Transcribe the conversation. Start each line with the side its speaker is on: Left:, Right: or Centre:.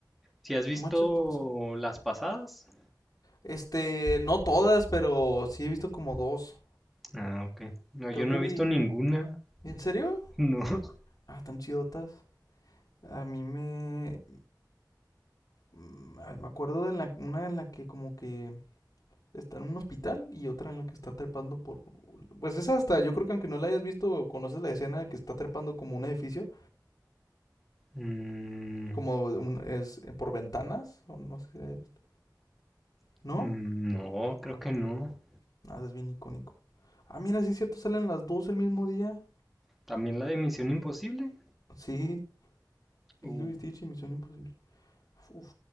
Centre: si has visto
Left: Manches, pues pasó.
Centre: las pasadas,
Left: Este, no todas, pero sí he visto como dos.
Centre: ah, ok. No,
Left: Creo
Centre: yo no
Left: que
Centre: he
Left: vi.
Centre: visto ninguna,
Left: ¿En serio?
Centre: no. <laughs>
Left: Ah, tan chidotas. A mí me. mm, a ver, me acuerdo de la, una en la que como que está en un hospital y otra en la que está trepando por... Pues esa hasta, yo creo que aunque no la hayas visto, conoces la escena que está trepando como un edificio,
Centre: Mm,
Left: como un- es eh, por ventanas, o no sé si la hayas visto. ¿No?
Centre: mm, no, creo que no.
Left: Nada, es bien icónico. Ah, mira, sí es cierto, salen las dos el mismo día.
Centre: También la de Misión Imposible.
Left: Sí, Lilo
Centre: Uh,
Left: y Stitch y Misión Imposible. Uf,